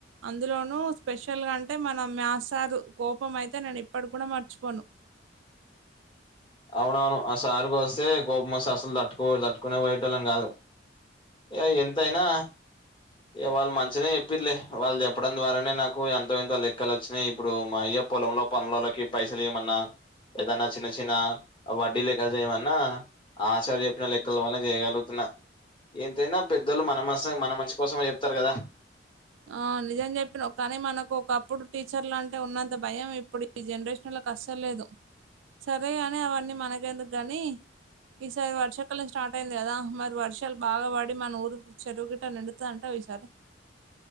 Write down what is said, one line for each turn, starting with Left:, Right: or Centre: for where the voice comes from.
Right: అందులోను స్పెషల్ గా అంటే మన మాథ్స్ సారు కోపం అయితే నేను ఇప్పటి కూనా మర్చిపోను
Left: అవున అవును ఆ సారుకోస్తే కోపం వస్తె అసలు తట్టుకో తట్టుకునే పోయేటోళ్ళం గాదు ఏ ఎంత అయినా ఏ వాళ్ళు మంచిదె చెప్పర్లే వాళ్ళు చెప్పడం ద్వారానే నాకు ఎంతో ఎంత లెక్కలు వొచ్చినాయి ఇప్పుడు మా అయ్యప్ పొలంలో పనుల్లోళ్ళకి పైసలు ఇయ్యమన్నా ఏదన్నా చిన్న చిన్న వడ్డీ లెక్కలు చేయమన్నా ఆ చార్ చెప్పిన లెక్కల వల్ల చేయగలుగుతున్నా ఎంతైనా పెద్దోళ్లు మన మస మన మంచి కోసమే చెప్తరు గదా
Right: ఆ నిజం చెప్పినవ్ కానీ మనకు ఒకప్పుడు టీచర్ లు అంటే ఉన్నంత భయం ఇప్పుడు ఈ జనరేషన్ వొళ్ళకి అసలు లేదు సరేగాని అవన్నీ మనకెందుకు గాని ఈసారి వర్షాకలం స్టార్ట్ అయింది కదా మరి వర్షాలు బాగా పడి మన ఊరు చెరువు గిట్ట నిండు త అంటావ ఈసారి